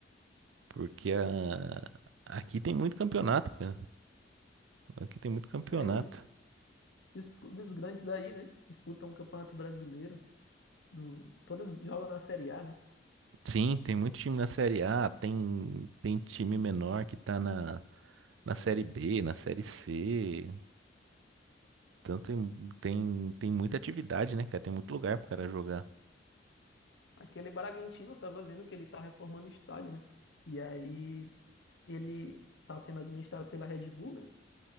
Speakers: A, on the right (about 85°); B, on the left (about 75°).
A: Porque a- aqui tem muito campeonato, cara. Aqui tem muito campeonato.
B: É, e o- e os clubes grandes daí, né? Disputam o Campeonato Brasileiro, do, todos jogam na Série A, né?
A: Sim, tem muito time na Série A, tem, tem time menor que tá na, na Série B, na Série C. Então tem, tem, tem muita atividade, né, cara? Tem muito lugar pro cara jogar.
B: Aquele Bragantino, eu tava vendo que ele tá reformando o estádio, né? E aí ele tá sendo administrado pela Red Bull, né?